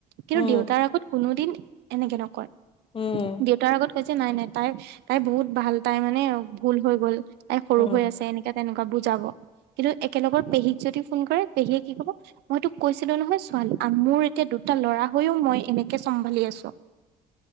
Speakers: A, on the right (about 80°); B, on the left (about 30°).
A: কিন্তু
B: উম,
A: দেউতাৰ আগত কোনো দিন এনেকে নকয়
B: উম,
A: দেউতাৰ আগত যে নাই নাই তাই তাই বহুত ভাল তাই মানে ভুল হৈ গল তাই সৰু
B: উম।
A: হৈ আছে এনেক তেনেকুৱা বুজাব কিন্তু একেলগৰ পেহীক যদি ফোন কৰে পেহীয়ে কি কব। মই তোক কৈছিলো নহয় ছোৱালী মোৰ এতিয়া দুটা লৰা হৈও মই এনেকে চম্ভালি আছো।